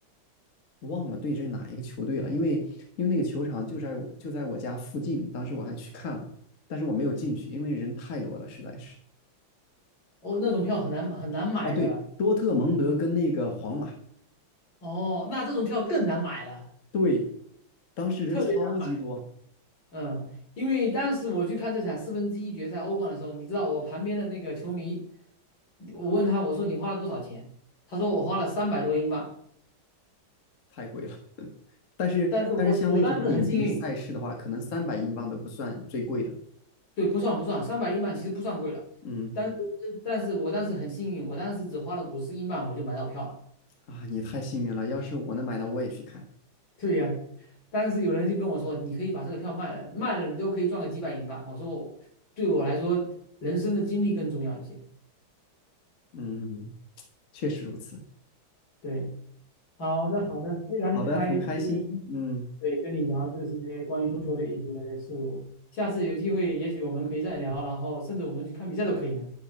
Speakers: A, on the left; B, on the left.
A: 忘了对阵哪一个球队了，因为因为那个球场就在我就在我家附近，当时我还去看了，但是我没有进去，因为人太多了，实在是。
B: 哦，那种票很难很难买的，
A: 啊，对，多特蒙德跟那个皇马，
B: 哦，那这种票更难买了，
A: 对，当时人超级多，
B: 特别难买，嗯，因为当时我去看这场四分之一决赛欧冠的时候，你知道我旁边的那个球迷，我问他，我说你花了多少钱？他说我花了三百多英镑。
A: 太贵了。但是但是像那种顶级赛事的话，
B: 但是我我当时很幸运，
A: 可能三百英镑都不算最贵的。
B: 对，不算不算，三百英镑其实不算贵了，
A: 嗯
B: 但是但是我当时很幸运，我当时只花了五十英镑我就买到票了。
A: 啊，你太幸运了，要是我能买到，我也去看。
B: 对呀、当时有人就跟我说，你可以把这个票卖了，卖了你都可以赚个几百英镑。我说，对我来说，人生的经历更重要一些。
A: 嗯，确实如此。
B: 对，好的好的，非常开心，
A: 好的，很开心。嗯，
B: 对，跟你聊这些关于足球的一些事物。下次有机会，也许我们可以再聊，然后甚至我们去看比赛都可以呢。